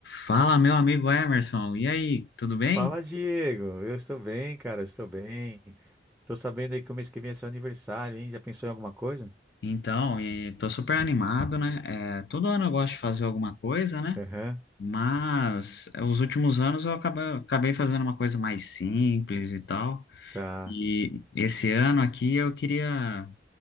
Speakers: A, on the left; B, in the centre.
A: Fala, meu amigo Emerson. E aí, tudo bem?
B: Fala, Diego. Eu estou bem, cara. Eu estou bem. Tô sabendo aí que o mês que vem é seu aniversário, hein? Já pensou em alguma coisa?
A: Então, e tô super animado, né? É, todo ano eu gosto de fazer alguma coisa, né?
B: Aham,
A: Mas é, os últimos anos eu acabei, acabei fazendo uma coisa mais simples e tal.
B: tá.
A: E esse ano aqui eu queria,